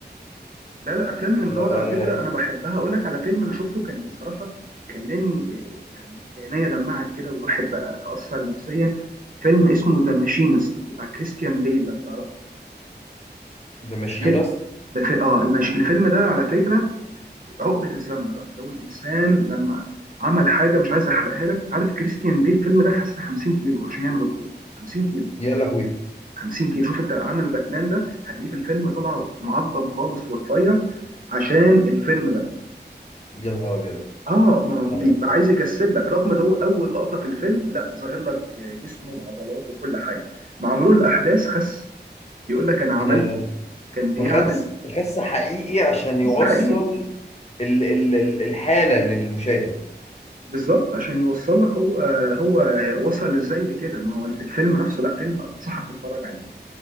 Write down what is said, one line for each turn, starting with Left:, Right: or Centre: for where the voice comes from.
Right: لا لا افلام اللي من النوع ده
Left: آه،
Right: على فكره انا بحبها اقول لك على فيلم انا شفته كان بصراحه خلاني آه، يعني عينيا دمعت كده والواحد بقى تاثر نفسيا فيلم اسمه ذا ماشينست بتاع كريستيان بيل لو تعرفه
Left: ذا ماشينست
Right: الفيلم ده في... اه المش... الفيلم ده على فكره عقده الذنب بقى لو الانسان لما عمل حاجه مش عايز احرقها لك عارف كريستيان بيل الفيلم ده خس 50 كيلو عشان يعمل الدور 50 كيلو
Left: يا لهوي
Right: 50 كيلو شوف انت عامل باتمان ده هتلاقيه في الفيلم طلع معظم خالص ورفيع عشان الفيلم ده
Left: يا نهار ابيض
Right: اه ما هو
Left: آه.
Right: بي- عايز يجسد لك رغم ان هو اول لقطه في الفيلم لا ظاهر لك جسمه بعضلات بكل حاجه مع مرور الاحداث خس بيقول لك انا عملت
Left: يعني
Right: كان بيعمل
Left: فخس فخس حقيقي عشان يوصل
Right: بس حقيقي
Left: ال ال ال الحاله للمشاهد
Right: بالظبط عشان يوصل لك هو هو وصل ازاي لكده ما هو الفيلم نفسه لا فيلم انصحك تتفرج عليه